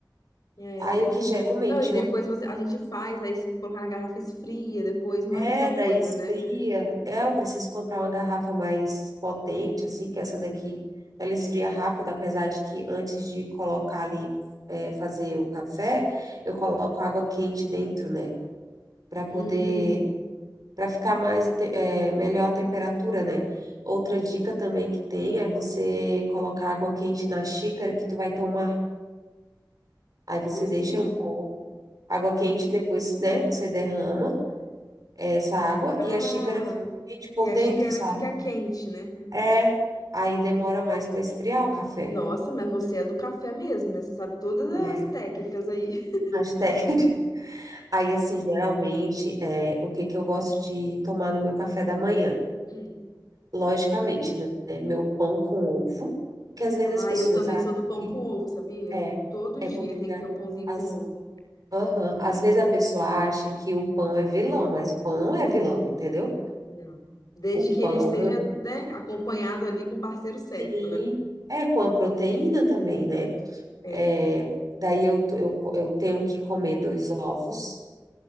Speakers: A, on the left; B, on the right.
A: É,
B: Aí
A: é verdade.
B: o que geralmente
A: Então e depois
B: eu
A: você, a gente faz, aí se colocar na garrafa esfria depois, não
B: é,
A: é a mesma
B: daí
A: coisa,
B: esfria.
A: né?
B: É, eu preciso comprar uma garrafa mais potente, assim, que essa daqui ela esfria rápido, apesar de que antes de colocar ali, é, fazer o café, eu coloco água quente dentro, né? Para poder,
A: Hum,
B: para ficar mais, a te- é, melhor a temperatura, né? Outra dica também que tem é você colocar água quente na xícara que tu vai tomar. Aí você
A: como assim?
B: deixa um pouco água quente, depois, né, você derrama. essa água
A: Ah,
B: e a xícara é quente por
A: e a
B: dentro,
A: xícara
B: sabe?
A: fica quente, né?
B: É, aí demora mais para esfriar o café.
A: Nossa, mas você é do café mesmo, né? Você sabe todas as
B: É,
A: técnicas aí. <laughs>
B: mas <laughs> Aí, assim, geralmente, é, o que que eu gosto de tomar no meu café da manhã?
A: Hum.
B: Logicamente, né? é Meu pão com ovo, que às vezes
A: Ah,
B: as pessoas
A: eu também
B: acham
A: sou do pão
B: que
A: com ovo, sabia?
B: é,
A: Todo
B: é
A: dia
B: porque
A: tem que ter o pãozinho
B: as,
A: com ovo.
B: aham, às vezes a pessoa acha que o pão é vilão, mas o pão não é vilão, entendeu?
A: Não. Desde
B: O
A: que
B: pão,
A: ele esteja, né, acompanhado ali com o parceiro certo,
B: sim,
A: né?
B: é com a proteína também, né?
A: É.
B: É, daí eu, eu, eu tenho que comer dois ovos,